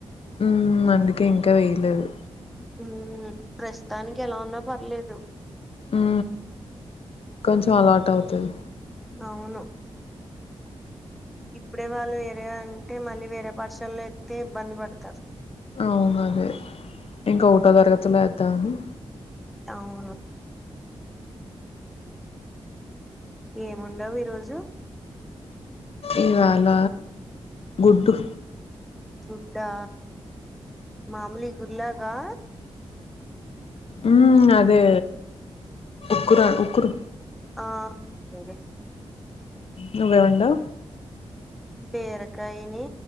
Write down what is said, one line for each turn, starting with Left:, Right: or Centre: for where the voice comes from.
Left: ఉ అందుకే ఇంకా వేయలేదు
Centre: ఉ ప్రస్తుతానికి ఎలా ఉన్నా పర్లేదు
Left: ఉ కొంచెం అలవాటవుతది
Centre: అవును ఇప్పుడే వాళ్ళు వేరే అంటే మళ్ళీ వేరే పఠశల్లో ఎత్తే ఇబ్బంది పడతారు
Left: అవునదే ఇంకా
Centre: ఉమ్
Left: ఓకటో తరగతిలో ఏద్దామని
Centre: అవును ఏమోండావు ఈ రోజు
Left: ఇవాళ గుడ్డు
Centre: గుడ్డా మాములీగుర్లాగా
Left: ఉ అదే ఉకుర ఉకురు
Centre: ఆ అదేదే
Left: నువే ఉండు
Centre: బీరకాయిని